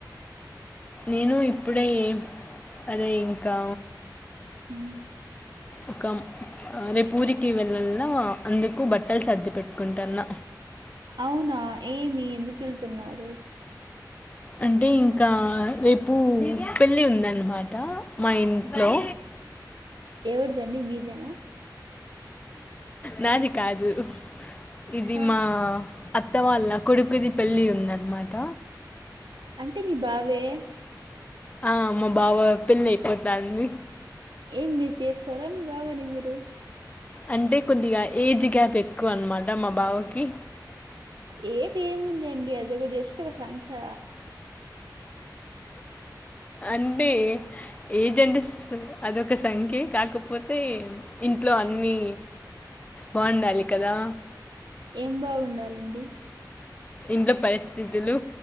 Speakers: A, on the left; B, on the right.
A: నేను ఇప్పుడే ఎం అదే ఇంకా
B: ఉమ్
A: ఒకమ్ రేపు ఊరికి వెళ్ళన అందుకు బట్టలు సర్ది పెట్టుకుంటాన్న
B: అవునా ఏమి ఎందుకెల్తున్నారు
A: అంటే ఇంకా రేపు పెళ్ళి ఉందన్నమాట మా ఇం ట్లో
B: ఎవరిదండి మీదేనా
A: నాది కాదు ఇది
B: ఆ
A: మా అత్త వాళ్ళ కొడుకుది పెళ్లిి ఉందన్నమాట
B: అంటే మీ బావే
A: ఆ మా బావ పెళ్లి అయిపోతంది
B: ఏం మీరు చేసుకోరా మీ బావ ని మీరు
A: అంటే కొద్దిగా ఏజ్ గ్యాప్ ఎక్కువ అన్నమాట మా బావకి
B: ఏజ్ ఏముందండి అదొగ జస్ట్ ఒక సంఖ్య
A: అంటే ఏజ్ అంటే స్స్ అదొక సంఖ్యే కాకపోతే ఇంట్లో అన్ని బాగుండాలి కదా
B: ఏం బాగుండాలండి
A: ఇంట్లో పరిస్థితులు